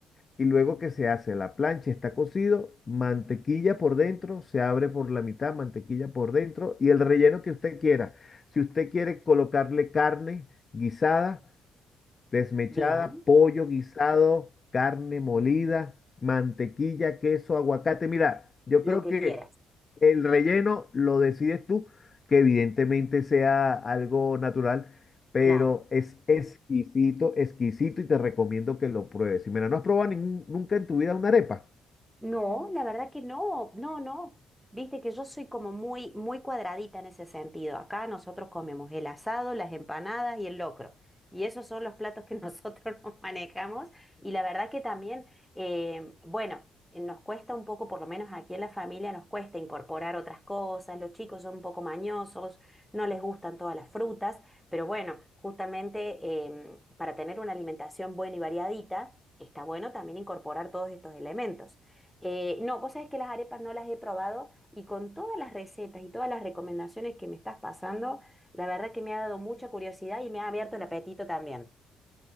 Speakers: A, on the left (about 35°); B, in the centre.
A: y luego que se hace la plancha, está cocido, mantequilla por dentro, se abre por la mitad, mantequilla por dentro y el relleno que usted quiera. Si usted quiere colocarle carne guisada. Desmechada,
B: bien,
A: pollo guisado, carne molida, mantequilla, queso, aguacate. Mira, yo
B: lo
A: creo
B: que
A: que
B: quieras,
A: el relleno lo decides tú, que evidentemente sea algo natural, pero
B: claro.
A: es exquisito, exquisito y te recomiendo que lo pruebes. Y mira, ¿no has probado ningún- nunca en tu vida una arepa?
B: No, la verdad que no, no, no. Viste que yo soy como muy, muy cuadradita en ese sentido. Acá nosotros comemos el asado, las empanadas y el locro. Y esos son los platos que <laughs> nosotros nos manejamos. Y la verdad que también, eh, bueno, eh, nos cuesta un poco, por lo menos aquí en la familia, nos cuesta incorporar otras cosas. Los chicos son un poco mañosos, no les gustan todas las frutas. Pero bueno, justamente em, para tener una alimentación buena y variadita, está bueno también incorporar todos estos elementos. Eh, no, vos sabés que las arepas no las he probado y con todas las recetas y todas las recomendaciones que me estás pasando, la verdad que me ha dado mucha curiosidad y me ha abierto el apetito también.